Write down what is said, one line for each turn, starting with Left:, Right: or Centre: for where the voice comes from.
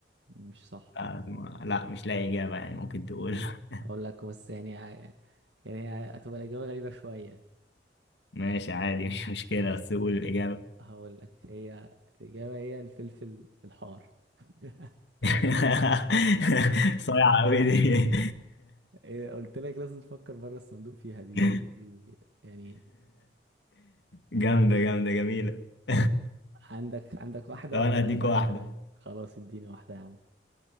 Right: مش صح
Left: آه، ما- لا مش لاقي اجابه يعني ممكن تقول <laughs>
Right: اقول لك بس يعني يعني هي هتبقى الاجابه غريبه شويه
Left: ماشي عادي مش مشكلة بس قول الإجابة
Right: هقول لك هي الاجابه هي الفلفل الحار <laughs>
Left: <laughs> صايعة أوي دي
Right: إيه، قلت لك لازم تفكر بره الصندوق فيها دي
Left: <laughs>
Right: دي يعني
Left: جامدة جامدة جميلة <laughs>
Right: عندك عندك واحده
Left: طب
Right: ولا
Left: أنا
Right: اقول
Left: هديك
Right: لك واحده
Left: واحدة
Right: كمان خلاص اديني واحده يا عم